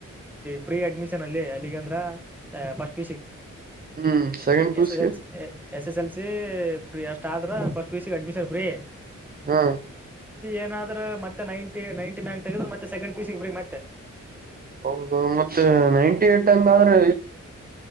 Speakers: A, in the centre; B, on the right.
A: ಫ್ರೀ ಅಡ್ಮಿಷನ್ ಅಲ್ಲಿ ಅಲ್ಲಿಗೆಂದ್ರ ಫಸ್ಟ್
B: ಹ್ಮ್ second P
A: S
B: U
A: S L
B: ಗೆ
A: C S S L C free ಅಷ್ಟ ಆದ್ರ ಫಸ್ಟ್ ಪ ಸಿ ಅಡ್ಮಿಷನ್ ಫ್ರೀ
B: ಹಾ
A: ಏನಾದ್ರರು ಮತ್ತೆ ನೈಂಟಿ ನೈಂಟಿ ಮ್ಯಾಂಕ್ ತೆಗೆದ್ರ ಮತ್ತೆ ಸೆಕಂಡ್ ಪೀಸ್ ಬಿ ಮತ್ತೆ
B: ಹೌದು ಮತ್ತೆ ನೈಂಟಿ ಏಟ್ ಹಂಗಾದ್ರೆ